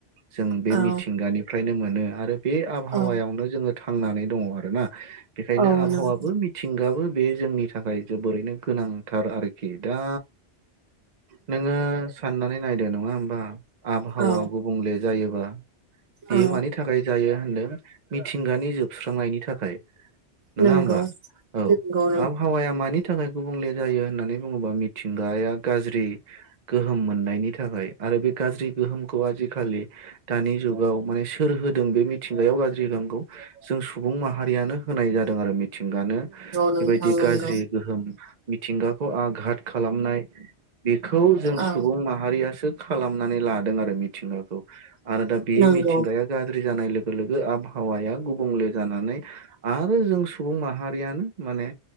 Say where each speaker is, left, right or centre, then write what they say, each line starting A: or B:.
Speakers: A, on the right; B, on the right.
A: जों बे
B: औ
A: मिथिंगानिफ्रायनो मोनो आरो बे आबहावायावनो
B: औ
A: जोङो थांनानै दङ आरो ना बेखायनो
B: औ
A: आबहावाबो
B: नंगौ
A: मिथिंगाबो बे जोंनि थाखाय जोबोरैनो गोनांथार आरोखि दा नोङो साननानै नायदो नङा होमबा आबहावा
B: औ
A: गुबुंले जायोबा बियो
B: औ
A: मानि थाखाय जायो होनदों मिथिंगानि जोबस्रांनायनि थाखाय नङा
B: नंगौ
A: होमबा औ
B: नंगौ
A: आहावाया मानि थाखाय गुबुंले जायो होननानै बुङोबा मिथिंगाया गाज्रि गोहोम मोननायनि थाखाय आरो बे गाज्रि गोहोमखौ आजिखालि दानि जुगाव माने सोर होदों बे मिथिंगायाव गाज्रि गोहोम मखौ जों सुबुं माहारियानो होनाय जादों आरो मि थिंगानो
B: नोंथां नंगौ नोंथां
A: बेबायदि
B: नंगौ
A: गाज्रि गोहोम मिथिंगाखौ आघात खालामनाय बेखौ जों
B: औ
A: सुबुं माहारिया खालामनानै लादों आरो मिथिंगाखौ आरो दा बे
B: नंगौ
A: मिथिंगाया जादों जानाय लोगो लोगो आबहावाया गुबुंले जानानै आरो जों सुबुं माहारियानो मा ने